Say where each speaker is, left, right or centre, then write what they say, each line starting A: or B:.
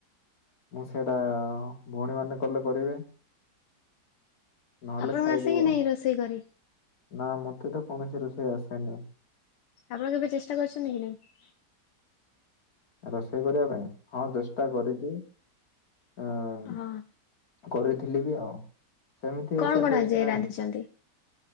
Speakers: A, on the left; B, on the left.
A: ମୁଁ ସେଇଟା, ଭଉଣୀ ମାନେ କଲେ କରିବେ। ନହେଲେ
B: ଆପଣଙ୍କୁ
A: ଖାଇଦବୁ
B: ଆସେ କି ନାଇଁ
A: ଆଉ,
B: ରୋଷେଇ କରି?
A: ନା ମତେ ତ କୌଣସି ରୋଷେଇ ଆସେନି।
B: ଆପଣ କେବେ ଚେଷ୍ଟା କରିଚନ୍ତି କି ନାହିଁ?
A: ରୋଷେଇ କରିବା ପାଇଁ, ହଁ ଚେଷ୍ଟା କରିଚି, ଅଁ
B: ହଁ।
A: କରିଥିଲି ବି ହଁ, ସେମିତି
B: କଣ
A: ଏତେ
B: କଣ
A: ଟେଷ୍ଟ୍
B: ଆଜି
A: ନାହିଁ।
B: ରାନ୍ଧିଛନ୍ତି?